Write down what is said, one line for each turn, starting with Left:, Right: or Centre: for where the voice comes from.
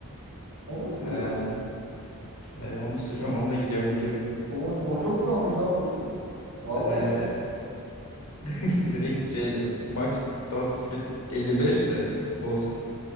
Right: Onu mu sürüyor?
Left: He, he, onu sürüyorum. Onunla gidiyorum geliyorum.
Right: Oğlum çok, o çok iyi olmuş lan Burki. Vallahi
Left: He,
Right: iyi olmuş.
Left: <laughs> direkt şeyle. Max top speed 55 de olsun.